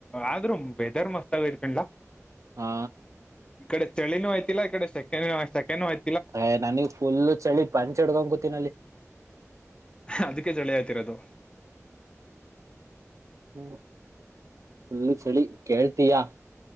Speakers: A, on the left (about 20°); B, on the right (about 70°).
A: ಆದ್ರೂ <unintelligible>
B: ಹಾ.
A: ಈ ಕಡೆ ಚಳಿನೂ ಅಯ್ತಿಲ್ಲ ಇ ಕಡೆ ಸೆ ಸೆಕೇನು ಆಯ್
B: ಅ ನನಗ್ ಫುಲ್ ಚಳಿ ಪಂಚ್ ಹಡ್ಗಂ ಕೂತಿನ ಅಲ್ಲಿ.
A: ಅದಕ್ಕೆ ಜಳಿ ಆ್ತರೋದು.
B: ಹ್ಮ ಅಲ್ಲ ಚಳಿ ಕೇಳ್ತಯಾ.